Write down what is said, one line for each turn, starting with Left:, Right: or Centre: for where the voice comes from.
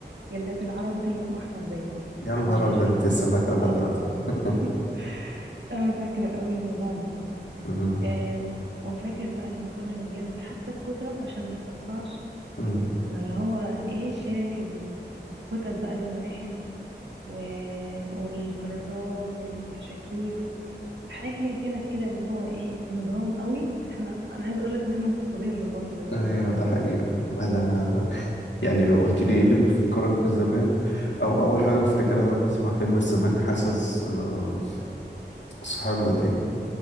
Right: جلاد العربي كان لونه أحمر دايما
Left: يا نهار
Right: أنا مش عارفة
Left: أبيض انت
Right: ليه
Left: لسه فاكرة لحد
Right: اه
Left: دلوقتي
Right: اه
Left: <laughs>
Right: <laughs> أنا فاكرة قوي الموضوع ده
Left: مم.
Right: آه وفاكر بقى لما كنا بنجلد حتى الكتب عشان ما تتقطعش
Left: مم.
Right: كنا اللي هو ايه الشياكة دي وكتب بقى لون واحد و... والكراسات والكشاكيل حاجة كانت كده اللي هو ايه نظام قوي احنا انا عايزة اقولك ان احنا مفتقدين النظام ده دلوقتي
Left: ايوه
Right: مع الاسف
Left: ده حقيقة انا يعني لو قلت لي ايه اللي بيفكرك بزمان او اول حاجه بفتكرها لما اسمع كلمه زمان حاسس آه، صحيان بدري